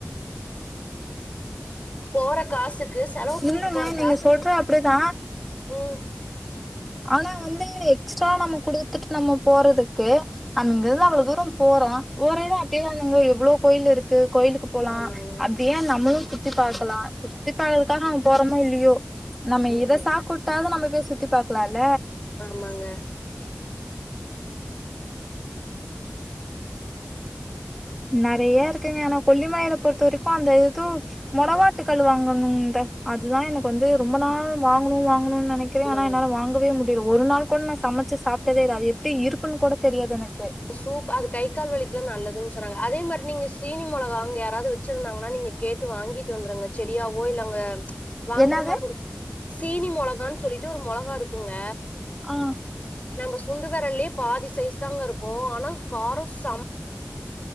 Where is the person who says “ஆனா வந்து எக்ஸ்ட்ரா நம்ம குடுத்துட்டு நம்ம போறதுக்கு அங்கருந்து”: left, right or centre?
Centre